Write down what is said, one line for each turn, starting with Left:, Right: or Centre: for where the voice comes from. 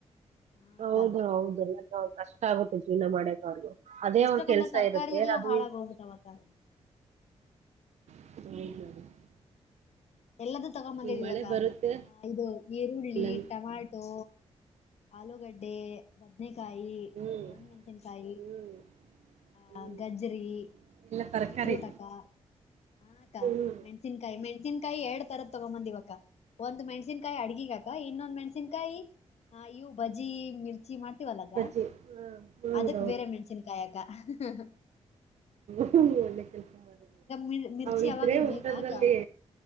Left: ಹಾ
Right: ಹೌದು
Left: ಅಕ್ಕ
Right: ಹೌದು <unintelligible> ಕಷ್ಟ ಆಗುತ್ತೆ ಜೀವನ ಮಾಡಕ್ಕೆ. ಹೌದು ಅದೇ
Left: ಎಷ್ಟಕ್ಕೊಂದ
Right: ಅವ್ರ ಕೆಲ್ಸ
Left: ತರಕಾರಿ
Right: ಇರುತ್ತೆ
Left: ಎಲ್ಲಾ
Right: ಅದೇ
Left: ಹಾಳಾಗ ಹೋಗ್ಬಿಟ್ಟವಕ್ಕ ಹ <unintelligible>
Right: <unintelligible> <unintelligible>
Left: ಎಲ್ಲದು ತಗೊಂಬಂದಿದಿವಕ್ಕ
Right: ಈ ಮಳೆ ಬರುತ್ತೆ
Left: ಇದು ಈರುಳ್ಳಿ
Right: ಇಲ್ಲಂ
Left: ಟಮಾಟೊ ಆಲೂಗಡ್ಡೆ ಬದನಕಾಯಿ
Right: ಹ್ಮ್
Left: ದೊಡ್ ಮೆಣಸಿನ್ಕಾಯಿ
Right: ಹ್ಮ್ ಹ್ಮ್
Left: ಹ ಗಜ್ರಿ
Right: ಎಲ್ಲ ತರಕಾರಿ
Left: ಬೀಟ್ರೂಟ್ ಅಕ್ಕಾ ಹಾ ಅಕ್ಕಾ
Right: ಹ್ಮ್
Left: ಮೆಣಸನ್ಕಾಯಿ ಮೆಣಸನ್ಕಾಯಿ ಎರಡ್ ತರ ತಗೊಂಬಂದಿವ್ ಅಕ್ಕ. ಒಂದ್ ಮೆಣ್ಸಿನ್ಕಾಯಿ ಅಡ್ಗಿಗಾ ಅಕ್ಕ ಇನ್ನೊಂದ್ ಮೆಣ್ಸಿನ್ಕಾಯಿ ಇವು ಬಜಿ ಮಿರ್ ಚಿ ಮಾಡ್ತೀವಲ ಅಕ್ಕ
Right: ಬಜ್ಜಿ ಹ್ಮ್ ಹೌದೌದು
Left: ಅದಕ್ ಬೇರೆ ಮೆಣ್ಸಿನಕಾಯಕಾ <unintelligible>
Right: ಹ್ಮ್ ಒಳ್ಳೆ ಕೆಲ್ಸ ಮಾಡಿ <unintelligible>
Left: ಮಿರ್ ಮಿರ್ಚಿ
Right: ಅವ್ರ್
Left: ಯಾವಾಗ್ಲೂ
Right: ಇದ್ರೆ ಊಟದಲ್ಲಿ
Left: ಬೇಕಾ ಅಕ್ಕ